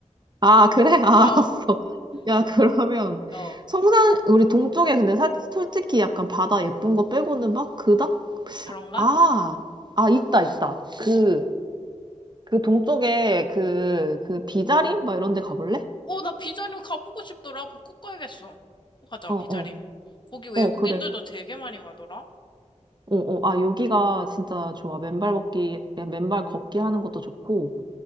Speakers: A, on the right; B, on the left.
A: 아, 그래? 아,
B: <laughs>
A: 알았어.
B: 어,
A: 야, 그러면
B: 어.
A: 성산 우리 동쪽에 근데 사, 솔직히 약간 바다 예쁜 거 빼고는 막 그닥
B: 그런가?
A: 아, 아 있다 있다.
B: 뭐.
A: 그 그 동쪽에 그 그 비자림 막 이런 데 가볼래?
B: 어, 나 비자림 가보고 싶더라. 그거 꼭 가야겠어. 꼭 가자,
A: 어,
B: 비자림.
A: 어.
B: 거기 외국인들도
A: 어, 그래.
B: 되게 많이 가더라.
A: 어, 어, 아, 여기가 진짜 좋아. 맨발 걷기, 그냥 맨발 걷기 하는 것도 좋고.